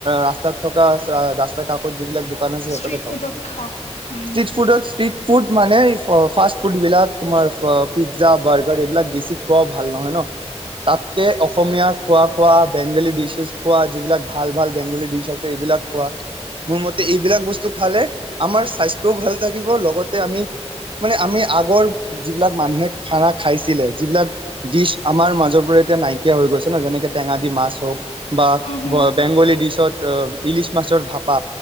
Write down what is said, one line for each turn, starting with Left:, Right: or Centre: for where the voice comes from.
Right: ৰাচ তাত থকা ৰাস্তাৰ কাষত যিবিলাক দোকান <unintelligible>
Left: ষ্ট্ৰীট ফুডত খাওঁ উম
Right: ষ্ট্ৰীট ফুডত ষ্ট্ৰীট ফুড মানে এই ফাষ্ট ফুড বিলাক, তোমাৰ চোৱা পিজ্জা, বাৰ্গাৰ এইবিলাক বেছি খোৱাও ভাল নহয় ন, তাতকে অসমীয়া খোৱা খোৱা, বেংগলী ডিছেছ খোৱা, যিবিলাক ভাল ভাল বেংগলী ডিছ আছে এইবিলাক খোৱা, মোৰ মতে এইবিলাক বস্তু খালে আমাৰ স্বাস্থ্যও ভাল থাকিব, লগতে আমি মানে আমি আগৰ যিবিলাক মানুহে খানা খাইছিলে, যিবিলাক ডিচ আমাৰ মাজৰ পৰা এতিয়া নাইকিয়া হৈ গৈছে ন, যেনেকে টেঙা দি মাছ হওক,
Left: হুম হুম
Right: বা বেংগলী ডিচত অ ইলিছ মাছৰ ভাপা,